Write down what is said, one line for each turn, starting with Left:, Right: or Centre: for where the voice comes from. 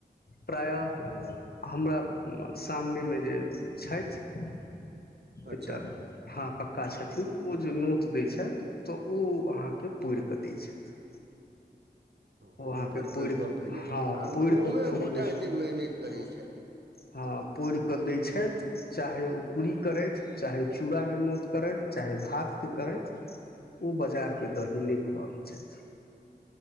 Left: प्रायः
Right: हँ
Left: हमरा सामनेमे जे छथि।
Right: अच्छा
Left: एकटा हँ पक्का छथिन ओ जे नोत दै छथि तऽ ओ अहाँके पोरि कऽ दै छथि।
Right: हँ
Left: ओ अहाँके
Right: ई बड़
Left: परि
Right: पैघ गप भेलै
Left: हँ
Right: आब
Left: परि
Right: कमे
Left: कऽ खूब
Right: गोटा
Left: हँ
Right: एते मेहनति करै छथि
Left: हँ परि कऽ दै छथि। चाहे ओ पूरी करथि चाहे चूड़ाके नोत करथि चाहे भात की
Right: हूँ
Left: करैत। ओ बाजारके दही नहि खुआबै छथि।